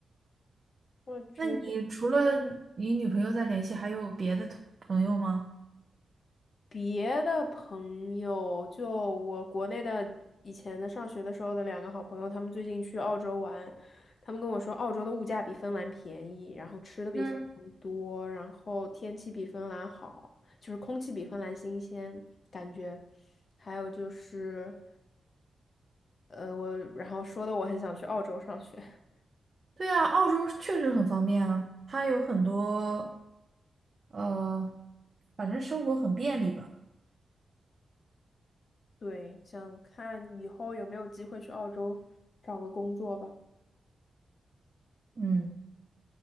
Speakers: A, on the left; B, on the right.
A: 我觉得
B: 那你除了你女朋友在联系，还有别的同朋友吗？
A: 别的朋友，就我国内的以前的上学的时候的两个好朋友，他们最近去澳洲玩，他们跟我说澳洲的物价比芬兰便宜，然后吃的比芬兰多，
B: 嗯，
A: 然后天气比芬兰好，就是空气比芬兰新鲜，感觉。还有就是，呃，我然后说的我很想去澳洲上学，<laughs>
B: 对呀，澳洲确实很方便啊，它有很多呃，反正生活很便利吧。
A: 对，想看以后有没有机会去澳洲找个工作吧。
B: 嗯，